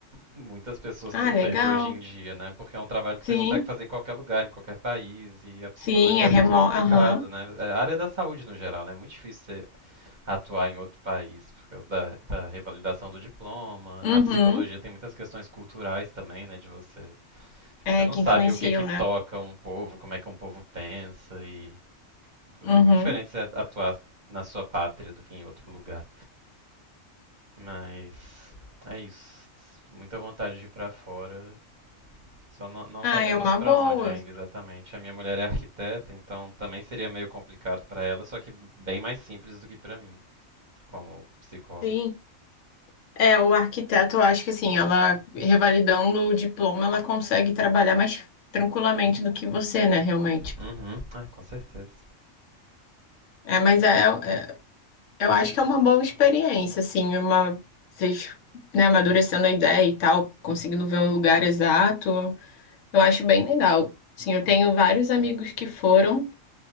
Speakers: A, on the right; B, on the left.
A: muitas pessoas
B: Ah,
A: têm feito
B: legal.
A: hoje em dia, né? Porque é um trabalho que você
B: Sim.
A: consegue fazer em qualquer lugar, em qualquer país, e a psicologia
B: Sim, é
A: é
B: remoto.
A: muito complicado,
B: Aham.
A: né? É A área da saúde no geral, né? É muito difícil você atuar em outro país por causa da, da revalidação do diploma.
B: Uhum.
A: Na psicologia tem muitas questões culturais também, né? De você, tipo,
B: É,
A: você não
B: que
A: sabe
B: influenciam,
A: o que que toca
B: né?
A: um povo, como é que um povo pensa, e
B: Uhum.
A: é muito diferente você atuar na sua pátria do que em outro lugar. Mas é isso. Muita vontade de ir pra fora Só não, não
B: Ah,
A: sabemos
B: é uma
A: para
B: boa.
A: onde ainda exatamente. A minha mulher é arquiteta, então também seria meio complicado para ela, só que bem mais simples do que para mim, como psicólogo.
B: Sim, É, o arquiteto, eu acho que assim, ela revalidando o diploma, ela consegue trabalhar mais tranquilamente do que você, né, realmente.
A: Uhum, é, com certeza.
B: É, mas é, é- eu acho que é uma boa experiência, assim, uma vocês, né, amadurecendo a ideia e tal, conseguindo ver o lugar exato, eu acho bem legal. Sim, eu tenho vários amigos que foram